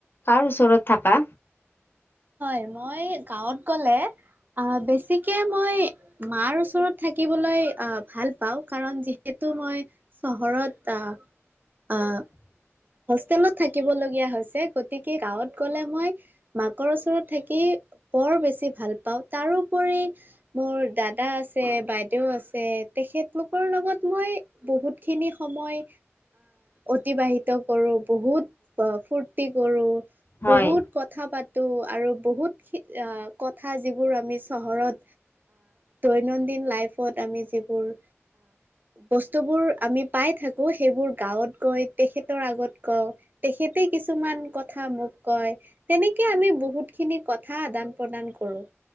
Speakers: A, on the left (about 45°); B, on the right (about 40°).
A: কাৰ ওচৰত থাকা
B: হয় মই গাঁৱত গলে আহ বেছিকে মই মাৰ ওচৰত থাকিবলৈ আহ ভাল পাওঁ কাৰ যিহেতু মই চহৰত
A: <inaudible>
B: আহ হোষ্টেলত থাকিবলগীয়া হৈছে গতিকে গাঁৱত গলে মই মাকৰ ওচৰত থাকি বৰ বেছি ভাল পাওঁ তাৰোপৰি মোৰ দাদা আছে বাইদেউ আছে তেখেতলোকৰ লগত মই বহুতখিনি সময় অতিবাহিত কৰো বহুত ফূুৰ্তি কৰো
A: হয়
B: বহুত কথা প ত আৰু বহুত কথা যিবোৰ আমি চহৰত দৈনন্দিন আমি যোৰ বস্তুবোৰ আমি পাই থাকো সেইবোৰ গাঁৱত গৈ তেখেত আগত কওঁ তেখেতে কিছুমান কথা মোক কয় তেনেকে আমি বহুত খিনি কথা আদান প্ৰদান কৰোঁ